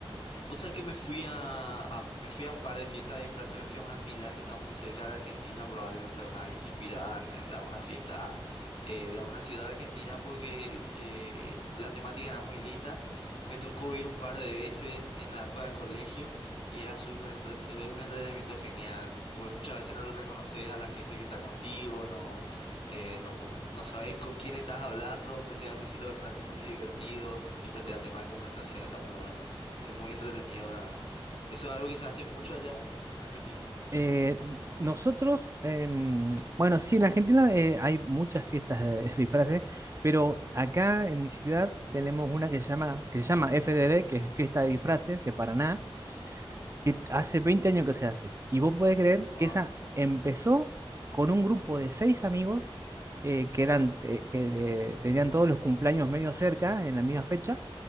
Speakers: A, on the left (about 85°); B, on the right (about 30°).
A: Vos sabés que me fui a, a- me fui a un par de fiestas de disfraces, me fui a una en Pilar que está muy cerca de Argentina, probablemente una inspirada en, en alguna fiesta eh, de alguna ciudad argentina porque eh, la temática era muy linda. Me tocó ir un par de veces en la época de colegio y era súper entretenido, un entretenimiento genial, porque muchas veces no le reconoces a la gente que está contigo, no, eh, no, po- no sabés con quién estás hablando, especialmente si los disfraces son divertidos, siempre te da tema de conversación, está muy bueno. Es muy entretenido, la verdad. Eso es algo que se hace mucho allá en Argentina.
B: Eh, nosotros, em, bueno, sí, en Argentina eh, hay muchas fiestas de, de disfraces, pero acá en mi ciudad tenemos una que se llama, que se llama FDD, que es Fiesta de Disfraces de Paraná que hace 20 años que se hace. Y vos podés creer
A: Wow.
B: que esa empezó con un grupo de seis amigos eh, que eran, eh, que eh, tenían todos los cumpleaños medio cerca, en la misma fecha.